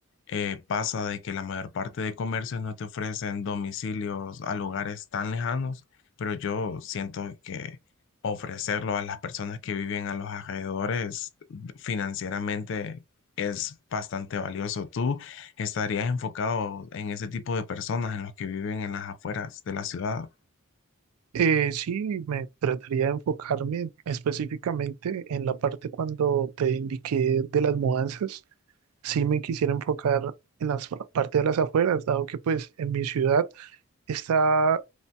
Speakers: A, on the left (about 55°); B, on the right (about 80°).
A: eh, pasa de que la mayor parte de comercios no te ofrecen domicilios a lugares tan lejanos, pero yo siento que ofrecerlo a las personas que viven a los alrededores financieramente es bastante valioso. ¿Tú estarías enfocado en ese tipo de personas, en los que viven en las afueras de la ciudad.
B: Eh, sí, me trataría de enfocarme específicamente en la parte cuando te indiqué de las mudanzas. Sí me quisiera enfocar en la parte de las afueras, dado que pues en mi ciudad está